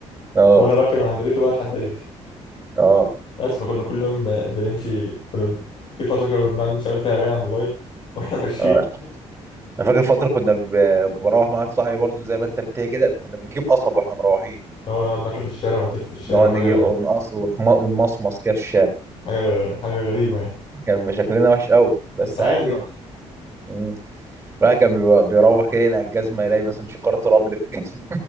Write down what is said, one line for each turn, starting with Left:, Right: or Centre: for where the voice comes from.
Right: اه
Left: وانا بركب من عند بيته بقى لحد بيتي
Right: اه
Left: بس فكنا كل يوم ب- بنمشي كنا في فترة كنا بنقعد نشغل فيها أغاني على الموبايل <laughs> وإحنا ماشيين
Right: اه انا فاكر فتره كنا ب- بروح مع واحد صاحبي برضو زي ما انت بتحكي كده كنا بنجيب قصب واحنا مروحين
Left: هو نقعد ناكل في الشارع ونتف في الشارع
Right: نقعد
Left: وحاجة
Right: نجيب ونقص ونم- ونمصمص كده في الشارع
Left: حاجة حاجة غريبة يعني
Right: كان بيبقى شكلنا وحش قوي بس
Left: بس عادي
Right: عادي
Left: بقى
Right: يعني امم الواحد كان بيبقى- بيروح كده يلاقي الجزمه يلاقي مثلا شقاره رمل في الجزمه